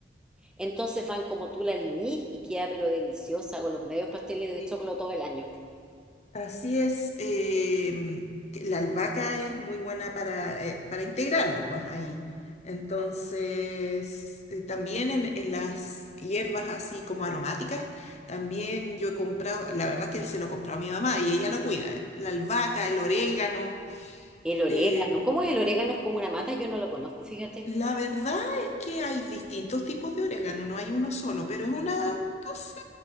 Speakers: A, in the centre; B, on the left (about 40°).
A: Entonces van como tú la liñí y queda pero deliciosa con los medios pasteles
B: Sí.
A: de choclo todo el año.
B: Así es, em, que la albahaca es muy buena para, eh, para integrarlo, pues ahí. Entonces, eh, también en, en las hierbas así como aromáticas, también yo he comprado, la verdad es que se lo he comprado a mi mamá y ella lo cuida, eh, la albahaca, el orégano.
A: El orégano.
B: eh,
A: ¿Cómo es el orégano? Es como una mata, yo no lo conozco, fíjate.
B: la verdad es que hay distintos tipos de orégano, no hay uno solo, pero es una, no sé,